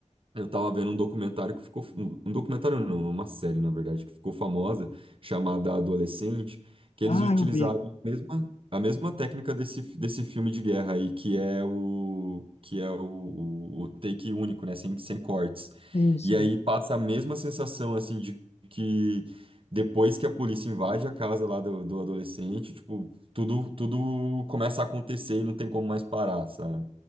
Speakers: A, on the right; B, on the left.
A: Eu tava vendo um documentário que ficou. Um um documentário não, uma série, na verdade, que ficou famosa, chamada Adolescente, que
B: Ah,
A: eles utilizaram
B: eu vi.
A: a mesma, a mesma técnica desse, desse filme de guerra aí, que é o, que é o, o- o take único, né? Sem, sem cortes.
B: Sim, sim.
A: E aí passa a mesma sensação, assim, de que depois que a polícia invade a casa lá do, do adolescente, tipo, tudo, tudo começa a acontecer e não tem como mais parar, sabe?